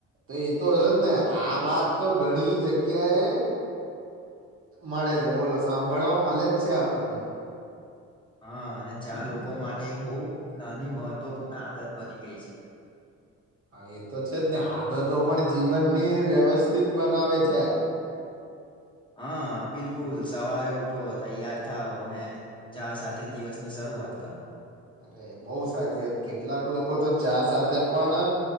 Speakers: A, on the right; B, on the left.
A: તો એતો હોયજ ને આ વાત તો ઘણી જગ્યા એ મળે છે બોલો સાંભળવા મલે જ છે આપણને.
B: હા અને ચા લોકો માટે એક બહુ નાની મહત્વપૂર્ણ આદત બની ગઈ છે
A: હા એ તો છે જ ને આદતો પણ જીવનની વ્યવસ્થિત બનાવે છે
B: હા બિલકુલ સવારે ઉઠો તૈયાર થાવ અને ચા સાથે દિવસની શરૂઆત કરો
A: અરે બઉ સાચી વાત કેટલાક લોકો તો ચા સાથે પણ